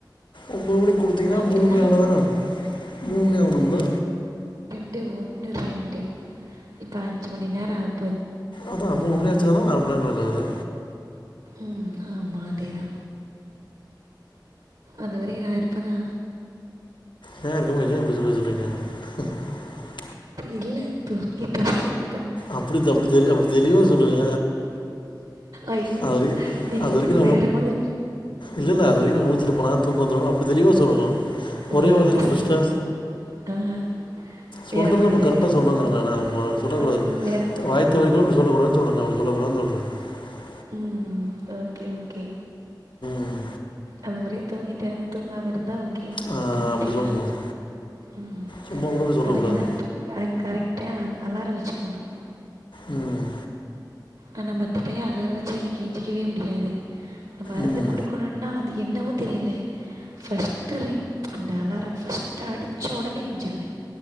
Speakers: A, on the left (about 80°); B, on the right (about 75°).
A: ஒன்பது மணி குடுத்தீங்கனா
B: அப்படின்னா
A: மூணு மணி ஆனதானே மூணு மணி ஆகணும்ல
B: ரெண்டு ஒன்று ரெண்டு இப்போ அஞ்சு மணி நேர ஆகு
A: அதா மூணு மணி ஆச்சுனாதா நாளு மணி கிடக்குறது
B: உம் ஆமா அதேதா அதுவரை நா இருப்பேனா
A: என் இருக்கும் இ இப்படிச்ச பேய சொறீங்க <unintelligible>
B: இல்ல தூங்கிட்ட என்னமோ
A: அப்புடி அப்புடி தெ அப்படி தெளிவா சொல்லுங்க
B: ஐயோ!
A: அது வரைக்கு
B: நீங்க
A: அது வரைக்கு
B: வேற வேற மாதிரி
A: இல்ல இ அது வரைக்கு <unintelligible> இருப்பனா தூக்க வந்துரு அப்புடி தெளிவா சொல்லனு
B: ஓ!
A: ஒரே வார்தல
B: அப்படி
A: முடிச்சுட்டா
B: சொல்லுங்க. ஆஹா.
A: சொல்றது
B: வேற மாதிரி
A: நம்ம கரெக்டா
B: ஆயிரும்.
A: சொல்லணுங்கிறேன நாம அப்புடி சொல்லக்கூடாது
B: ஆ வேற மா
A: வாய் தவறி இப்பிடி சொல்லக்கூடாது சொல்றே உனக்கு சொல்ல கூடாதுனு சொல்றே <unintelligible>
B: உம் ஓகே ஓகே
A: ம்
B: அது மாறி தூங்கிட்டே தூங்காம இருந்தா ஓ ஓகே
A: ஆஹ்
B: தூங்கிட்டேனா
A: அப்படி சொல்லணும்
B: ம்
A: சும்மா கூட அப்படி சொல்லக்கூடாது
B: அதுக்கு தா கரெக்ட் அப்ப அலாரம் வச்சுக்கணும் <unintelligible>
A: உம் <unintelligible>
B: ஆனா மத்த டய அலற வச்சு எஞ்சிக்கவே முடியாது நம்ம மருந்து
A: ம்
B: கொடுக்கணும்னா அது என்னவோ தெரியல ஃபஸ்ட்டு ரிங் அந்த அலார ஃபர்ஸ்ட்டு அடிச்ச உடனே எஞ்சிருவே